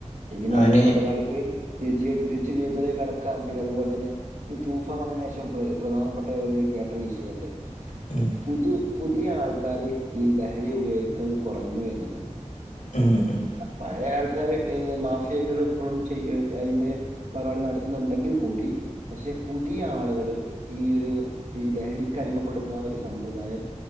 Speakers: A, on the right (about 70°); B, on the left (about 85°).
A: ഇങ്ങനെ
B: അവന്
A: അടിമപ്പെട്ട ഒരാൾക്ക് തി തിരിച്ച ജീവിത്തിലേക്ക് കടക്കാം പിന്നെ അതുപോലെ തന്നെ ഈ തൂഫാൻ വന്നതിന്ശേഷം പ്ര പ്രധാനപ്പെട്ട ഒരു കേട്ടറി വിഷയണ്ട്
B: <inaudible>
A: പുതു പുതിയ ആൾക്കാര് ഈ ലഹരി ഉപയോഗിക്കുന്നത് കുറഞ്ഞു എന്നുള്ളത്.
B: ഉം ഉം
A: പഴയ ആൾക്കാര് ഏ മാഫിയകൾ ഇപ്പോഴും ചെയ അയിന്റെ പരിപാടി നടത്തുന്നുണ്ടെങ്കിൽ കൂടി പക്ഷെ പുതിയ ആളുകള് ഈ ഒരു ഈ ലഹരിക്കടിമപ്പെടുന്ന ആ ഒരു സമ്പ്രദായം